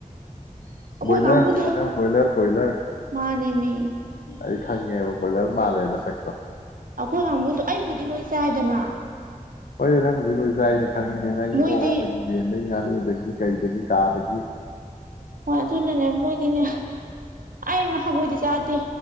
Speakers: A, on the right (about 80°); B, on the left (about 85°).
A: ꯑꯩꯈꯣꯏ
B: ꯣꯌꯂꯔ
A: ꯀꯥꯡꯕꯨꯗꯣ
B: ꯀꯣꯌꯔ ꯣꯌꯔ ꯀꯣꯏꯂꯔ
A: ꯃꯥꯅꯦꯃꯤ
B: ꯑꯩ ꯈꯪꯉꯦꯕ ꯕ꯭ꯔꯣꯏꯖꯔ ꯃꯥꯜꯂꯦ ꯅꯁꯛꯇꯣ
A: ꯑꯩꯈꯣꯏ ꯀꯥꯡꯕꯨꯗꯣ ꯑꯩꯕꯨꯗꯤ ꯂꯣꯏ ꯆꯥꯏꯗꯅ
B: ꯍꯣꯏ ꯅꯪꯕꯨꯗꯤ ꯂꯣꯏ ꯆꯥꯏꯅꯦ ꯈꯪꯉꯤꯅꯦ ꯅꯪ
A: ꯃꯣꯏꯗꯤ
B: ꯑꯣ ꯌꯦ ꯂꯣꯏ ꯉꯥꯅꯨ ꯀꯥꯏ ꯑꯗꯨꯗꯒꯤ ꯀꯥꯗꯒꯤ
A: ꯍꯣꯏ ꯑꯗꯨꯅꯅꯦ ꯃꯣꯏꯗꯤꯅꯦ ꯑꯩ ꯉꯍꯪꯉꯣꯏꯗꯤ ꯆꯥꯗꯦ